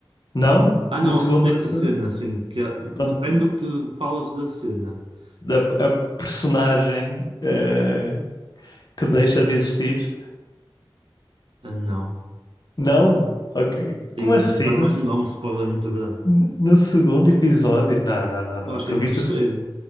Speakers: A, on the left (about 50°); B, on the right (about 75°).
A: Não,
B: Ah,
A: na
B: não,
A: segunda
B: acontece
A: se-
B: a cena, sim. Que, é-
A: acon-
B: depende do que falas da cena.
A: da
B: Se-
A: a personagem eh, que deixa de existir.
B: ah, não.
A: Não, ok. Como
B: E
A: assim?
B: agora
A: No,
B: vais-me
A: se-
B: dar um spoiler muito grande.
A: n- no segundo episódio? Não, não, não, não.
B: Eu acho
A: Tu
B: que é no
A: viste
B: terceiro.
A: o, se-